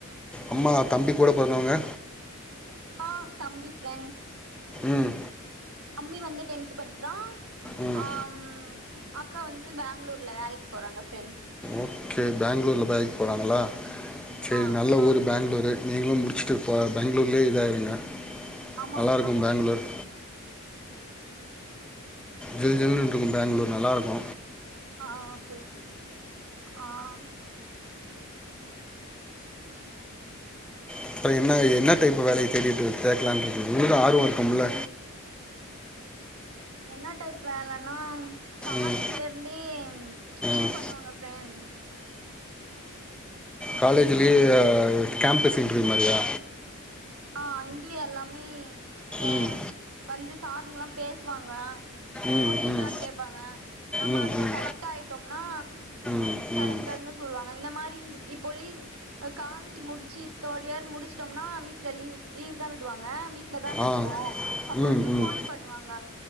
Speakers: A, in the centre; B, on the right.
A: அம்மா தம்பி கூட பொறந்தவங்க
B: கா தம்பி ஃப்ரெண்ட்
A: ம்
B: தம்பி வந்து டென்த் படிக்றா
A: ம்
B: ஆம் அக்கா வந்து பேங்ளூர்ல வேலைக் போறாங்க ஃப்ரெண்ட்
A: ஓகே பேங்ளூர்ல வேலைக்கு போறாங்ளா சேரி
B: ஆ
A: நல்ல ஊர் பேங்ளூர் நீங்களும் முடிச்சுட்டுப்போ பேங்களூர்லே இதாயிருங்க
B: ஆமா
A: நல்லா
B: ஃப்ரெண்ட்
A: இருக்கு பேங்களூர் ஜில் ஜில்னு இருக்கு பேங்களூர் நல்லாருக்கு
B: ஆஹ் ஓகே ஆஹ்
A: அப்புறோ என்ன என்ன டைப் வேலைய தேடிட்டு தேட்லான்ட்டு இருக் <unintelligible> ஆர்வம் இருக்குல்ல
B: என்ன டைப் வேலைன்னா காலேஜ்ல
A: ம்
B: இருந்தே இது
A: ம்
B: பண்ணுவாங்க ஃபிரெண்ட்
A: காலேஜ்லயே கேம்பஸ் இன்ட்ர்யூ மாரியா
B: ஆஹ் அங்கயே எல்லாமே ஏ
A: ம்
B: வந்து சாருங்கல்லா பேசுவாங்க
A: ம்
B: கொஷின்
A: ம்
B: எல்லா கேப்பாங்க நம்ம
A: ம்
B: அதுல
A: ம்
B: செலக்ட் ஆயிட்டோம்னா
A: ம்
B: செலக்டட்னு
A: ம்
B: சொல்வாங்க இந்த மாரி இப்போ லீவ் காலேஜ் முடிச்சு தேர்ட் இயர் முடிச்சிட்டோம்னா வீட் லீவ் லீவ் தா விடுவாங்க வீட்ல தானே
A: ஆ
B: இருப்போ
A: ம்
B: அப்ப வந்து
A: ம் ம்
B: போன் பண்ணுவாங்க